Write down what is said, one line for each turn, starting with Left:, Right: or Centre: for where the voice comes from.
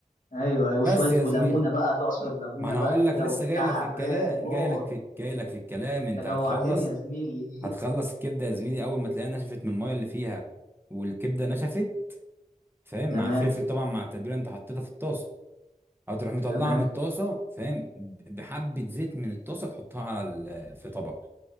Left: ايوه أيوة.
Right: بس
Left: وشويه
Right: يا
Left: وليمونه
Right: زميلي
Left: بقى تعصر ليمونه
Right: ما انا
Left: بقى
Right: هقول لك
Left: كده
Right: لسه
Left: والبتاع
Right: جاي لك
Left: حراق
Right: في الكلام
Left: موت
Right: جاي لك في جاي لك في الكلام انت
Left: انت
Right: هتخلص
Left: جوعتني يا زميلي <laughs>
Right: هتخلص الكبده يا زميلي اول ما تلاقيها نشفت من الميه اللي فيها والكبده نشفت فاهم مع
Left: تمام
Right: الفلفل طبعا مع التتبيله اللي انت حطيتها في الطاسه هتروح مطلعها
Left: تمام
Right: من الطاسه فاهم ب- بحبه زيت من الطاسه تحطها على ال... في طبق